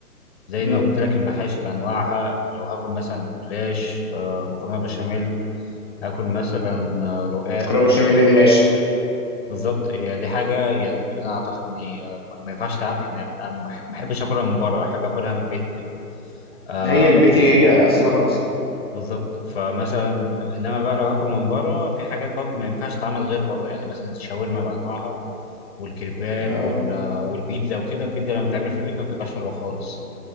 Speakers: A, on the left (about 40°); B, on the left (about 15°).
A: زي
B: امم
A: ما قلت لك المحاشي بانواعها لو هاكل مثلا جلاش آه، مكرونه بشاميل هاكل مثلا آه، رقاق
B: كرابة
A: أكل.
B: الشمالية دي العشق
A: بالظبط يعني دي حاجه يعني انا اعتقد اني آه، ما ينفعش تعمل يعني ما أحب- ما احبش اكلها من بره احب اكلها من البيت وكده آه
B: هي البيتي هي اصلها اصلا
A: بالظبط فمثلا انما بقى لو هاكل من بره في حاجات برضه ما ينفعش تتعمل غير بره يعني مثلا الشاورما بانواعها والكريبات
B: اه
A: وال- آه، والبيتزا وكده البيتزا لما تعمل في البيت ما بتبقاش حلوه خالص